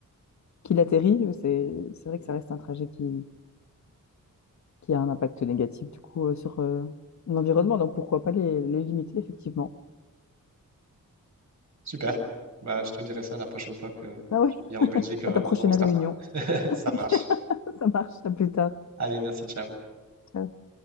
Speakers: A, on the left (about 60°); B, on the right (about 55°).
A: qu'il atterrit. Euh, C'est c'est vrai que ça reste un trajet qui, qui a un impact négatif du coup euh, sur euh, l'environnement. Donc pourquoi pas les, les limiter effectivement.
B: Super. Bah, je te dirai ça la prochaine fois que
A: Ah ouais,
B: je viens en Belgique euh,
A: à ta
B: en
A: prochaine
B: Eurostar.
A: réunion.
B: <laughs>
A: <laughs>
B: Ça
A: Ok,
B: marche.
A: ça marche. À plus tard.
B: Allez, merci, ciao.
A: Ciao.